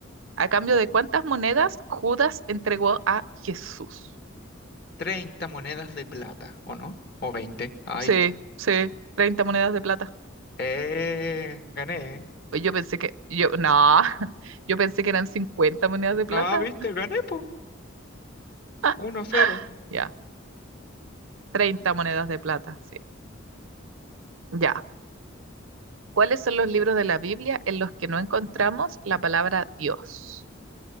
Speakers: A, on the right; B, on the left.
A: ¿a cambio de cuántas monedas Judas entregó a Jesús?
B: 30 monedas de plata, ¿o no? ¿O veinte. Ay.
A: Sí, sí, Treinta monedas de plata.
B: Eh, gané.
A: Pues Yo pensé que, yo, no, <laughs> yo pensé que eran 50 monedas de plata.
B: Ah, viste, gané, po.
A: Ah,
B: Uno cero.
A: ya, Treinta monedas de plata, sí. Ya. ¿Cuáles son los libros de la Biblia en los que no encontramos la palabra Dios?